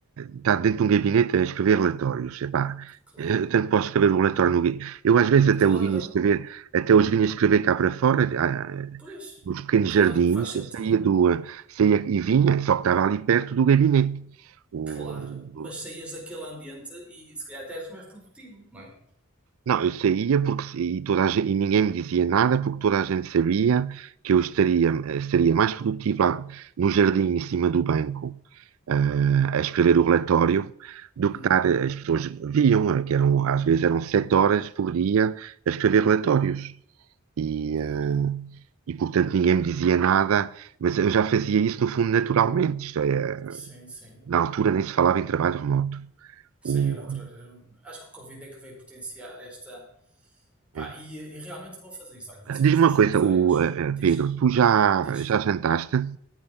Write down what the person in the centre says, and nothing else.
Claro.
Claro.
Pois.
Claro que faz sentido.
Claro. Mas saías daquele ambiente e se calhar até eras mais produtivo, não é?
Hum,
claro.
Sim, sim.
Sim,
era outra. Acho que o Covid é que veio potenciar esta. Pá,
e, e realmente eu vou fazer isso. Olha, vou seguir
os teus
conselhos.
Diz,
diz,